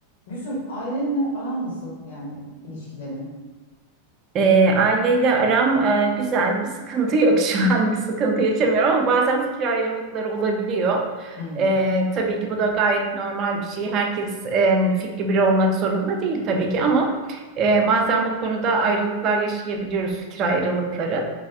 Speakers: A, on the left (about 55°); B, on the right (about 35°).
A: Gülsüm ailenle aran nasıl yani ilişkilerin?
B: Ee, aileyle aram e, güzel, bir sıkıntı yok şu an, bir sıkıntı yaşamıyorum ama bazen fikir ayrılıkları olabiliyor.
A: Hmm.
B: Ee, tabii ki bu da gayet normal bir şey. Herkes e, fikri biri olmak zorunda değil tabii ki ama e, bazen bu konuda ayrılıklar yaşayabiliyoruz, fikir ayrılıkları.